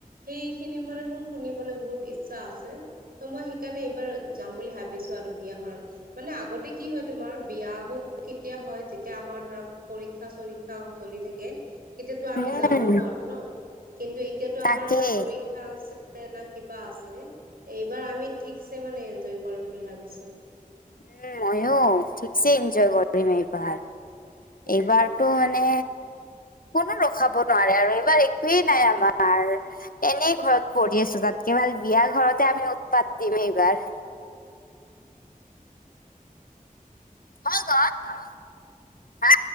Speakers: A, on the right; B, on the left.
A: সেই খিনি মানে মোৰ শুনিবলৈ বহুত ইচ্ছা আছে, ত' মই সেইকাৰণে এইবাৰ যাম বুলি ভাবিছোঁ আৰু বিয়াখনত মানে আগতে কি হয়। তোমাৰ বিয় বোৰ কেতিয়া হয়। যেতিয়া আমাৰ ধৰা পৰীক্ষা চৰীক্ষা চলি থাকে। তেতিয়াতো আমি
B: উম
A: যাবো নোৱাৰো ন কিন্তু, এতিয়াতো
B: তাকেই
A: আমাৰ না পৰীক্ষা আছে। না কিবা আছে। এইবাৰ আমি ঠিকছে মানে এনঞ্জয় কৰিম বুলি ভাবিছোঁ।
B: উম, মইয়ো ঠিকছে এনঞ্জয় কৰিম এইবাৰ।
A: উম
B: এইবাৰটো মানে কোনো ৰখাব নোৱাৰে আৰু এইবাৰ একোৱেই নাই আমাৰ এনে ঘৰত পঢ়ি আছোঁ। তাতকে ভাল বিয়া ঘৰতে আমি উৎপাত দিম এইবাৰ ক'ত যোৱা? হা